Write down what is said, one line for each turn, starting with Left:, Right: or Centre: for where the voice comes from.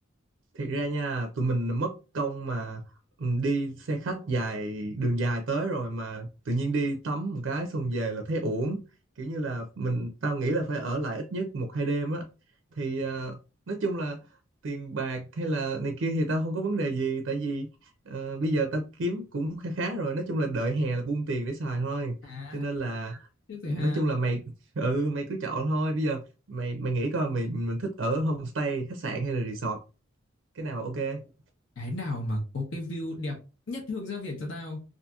Right: thiệt ra nha tụi mình mất công mà ừ, đi xe khách dài đường dài tới rồi mà tự nhiên đi tắm một cái xong về là thấy uổng kiểu như là mình tao nghĩ là phải ở lại ít nhất một hai đêm á thì ờ, nói chung là tiền bạc hay là này kia thì tao không có vấn đề gì tại vì ờ, bây giờ tao kiếm cũng khá khá rồi nói chung là đợi hè là buông tiền để xài thôi
Left: À,
Right: cho nên là
Left: trước rồi
Right: nói
Left: ha.
Right: chung là mày ừ mày cứ chọn thôi bây giờ mày mày nghĩ coi mày mình thích ở homestay khách sạn hay là resort cái nào ok <laughs>
Left: cái nào mà có cái view đẹp nhất hướng ra biển cho tao